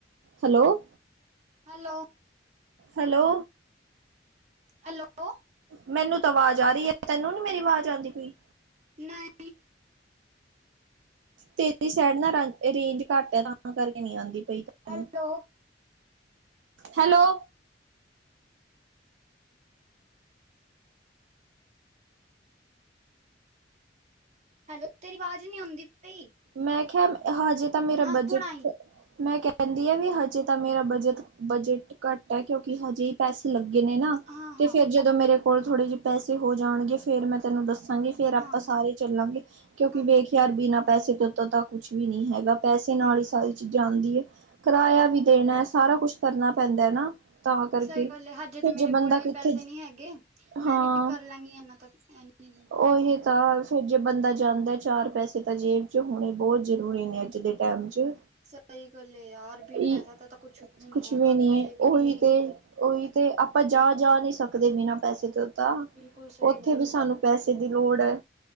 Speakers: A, on the right; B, on the right.
A: ਹੈਲੋ!
B: ਹੈਲੋ।
A: Hello
B: hello!
A: ਮੈਨੂੰ ਤਾਂ ਅਵਾਜ਼ ਆ ਰਹੀ ਏ। ਤੈਨੂੰ ਨੀ, ਮੇਰੀ ਅਵਾਜ਼ ਆਂਦੀ ਪਈ?
B: ਨਹੀਂ।
A: ਤੇਰੀ ਸਾਈਡ ਨਾ, ਰਾ, ਰੇਂਜ ਘੱਟ ਐ, ਤਾਂ ਕਰਕੇ ਨੀ ਆਂਦੀ ਪਈ, ਤੈਨੂੰ।
B: Hello
A: hello.
B: ਹੈਲੋ, ਤੇਰੀ ਆਵਾਜ਼ ਨੀ ਆਉਂਦੀ ਪਈ।
A: ਮੈਂ, ਖਿਹਾ ਹਜੇ ਤਾਂ ਮੇਰਾ
B: ਹਾਂ
A: ਬਜਟ,
B: ਹੁਣ ਆਈ
A: ਮੈਂ ਕਿਹਾ ਕਹਿੰਦੀ ਆ ਵੀ ਹਜੇ ਤਾਂ ਮੇਰਾ ਬਜਟ, ਬਜਟ ਘੱਟ ਹੈ ਕਿਉਂਕਿ ਹਜੇ ਹੀ ਪੈਸੇ ਲੱਗੇ ਨੇ ਨਾ।
B: ਹਾਂ
A: ਤੇ
B: ਹਾਂ
A: ਫੇਰ ਜਦੋਂ ਮੇਰੇ ਕੋਲ ਥੋੜੇ ਜਿਹੇ ਪੈਸੇ ਹੋ ਜਾਣਗੇ, ਫੇਰ ਮੈਂ ਤੈਨੂੰ ਦੱਸ ਸਾਂਗੀ, ਫੇਰ ਆਪਾਂ
B: ਹਾਂ
A: ਸਾਰੇ ਚੱਲਾਂਗੇ। ਕਿਉਂਕਿ
B: ਹਾਂ ਹਾਂ
A: ਵੇਖ ਯਾਰ, ਬਿਨਾਂ ਪੈਸੇ ਦੇ ਉੱਤੋਂ ਤਾਂ ਕੁਛ ਵੀ ਨਹੀਂ ਹੈਗਾ। ਪੈਸੇ ਨਾਲ
B: ਸਹੀ ਆ
A: ਈ ਸਾਰੀ ਚੀਜ਼ਾਂ ਆਂਦੀ ਏ, ਕਿਰਾਇਆ ਵੀ ਦੇਣਾ ਹੈ, ਸਾਰਾ ਕੁਛ ਕਰਨਾ ਪੈਂਦਾ ਹੈ ਨਾ। ਤਾਂ ਕਰਕੇ
B: ਸਹੀ ਗੱਲ ਹੈ, ਹਜੇ
A: ਫਿਰ
B: ਤਾਂ ਮੇਰੇ
A: ਜੇ ਬੰਦਾ
B: ਕੋਲ ਵੀ
A: ਕਿੱਥੇ
B: ਪੈਸੇ ਨਹੀਂ ਹੈਗੇ। 'ਮੈਂ'
A: ਹਾਂ
B: ਵੀ ਕਰਲਾਂਗੀ ਇਨਾ ਤੱਕ। ਹੈਨੀ
A: ਉਹੀ ਤਾ, ਫੇਰ ਜੇ ਬੰਦਾ ਜਾਂਦਾ ਚਾਰ ਪੈਸੇ ਤਾਂ ਜੇਬ ਚ ਹੋਣੇ ਬਹੁਤ ਜ਼ਰੂਰੀ ਨੇ, ਅੱਜ ਦੇ ਟਾਈਮ ਚ
B: ਸਹੀ ਗੱਲ ਏ ਯਾਰ, ਬਿਨ
A: ਈ
B: ਪੈਸਾ ਦਾ ਤਾਂ ਕੁਛ ਵੀ ਨੀ
A: ਕੁਛ
B: ਹੈਗਾ,
A: ਨਹੀਂ
B: ਕਿਤੇ
A: ਹੈ
B: ਵੀ।
A: ਉਹੀ ਤੇ ਉਹੀ ਤੇ ਆਪਾਂ ਜਾ ਜਾ ਨਹੀਂ ਸਕਦੇ ਬਿਨਾਂ ਪੈਸੇ ਤੋਂ ਤਾਂ,
B: ਬਿਲਕੁਲ ਸਹੀ
A: ਉੱਥੇ
B: ਗੱਲ
A: ਵੀ
B: ਹੈ
A: ਸਾਨੂੰ ਪੈਸੇ ਦੀ ਲੋੜ ਐ,